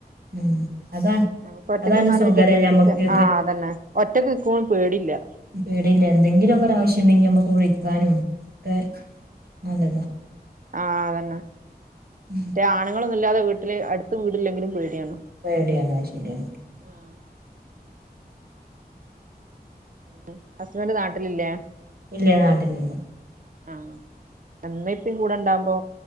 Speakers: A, on the right (about 65°); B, on the right (about 55°).
A: ഉം അതാ
B: നമ്മക്ക് ഒറ്റക്ക്
A: അതാണ്
B: നിന്നാലും
A: സുഖല്ലേ
B: വെല്യ പേടിക്കാൻ
A: ഞമ്മക്ക്
B: ആഹ് അതന്നെ ഒറ്റക്ക് നിക്കുമ്പം പേടില്ലാ
A: പേടില്ലാ എന്തെങ്കിലൊക്കെ ഒരാവശ്യണ്ടെങ്കി നമ്മക്ക് വിളിക്കാനും ഒക്കെ നല്ലതാ.
B: ആഹ് അതന്നെ
A: ഉം
B: മറ്റേ ആണുങ്ങളൊന്നും ഇല്ലാതെ വീട്ടില് അടുത്ത് വീടില്ലെങ്കിലും പേടിയാണ്.
A: പേടിയാണ് അത് ശെരിയാണ്
B: ആഹ് പിന്നെ ഹസ്ബന്റ് നാട്ടിലില്ലേ?
A: ഇല്ലാ നാട്ടിലില്ലാ.
B: ആഹ് ഉമ്മി ഉപ്പീം കൂടെണ്ടാവുമ്പോ